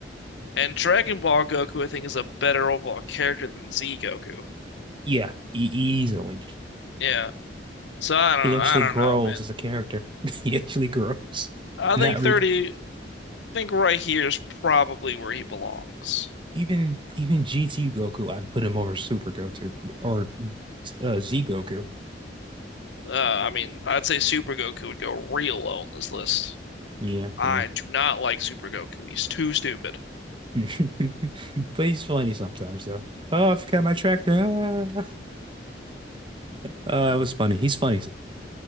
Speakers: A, on the left; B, on the right.
A: and Dragon Ball Goku, I think, is a better overall character than Z Goku.
B: Yeah, e easily.
A: Yeah. So I don't
B: He actually
A: I don't
B: grows
A: know, man.
B: as a character. <laughs> He actually grows.
A: I
B: And
A: think
B: that re
A: 30, I think right here is probably where he belongs.
B: Even even GT Goku, I'd put him over Super Goku or uh, Z Goku.
A: Uh, I mean, I'd say Super Goku would go real low on this list.
B: Yeah,
A: I
B: yeah.
A: do not like Super Goku. He's too stupid.
B: <laughs> But he's funny sometimes though. Oh, I forgot my track there. Ah. Oh, that was funny. He's funny.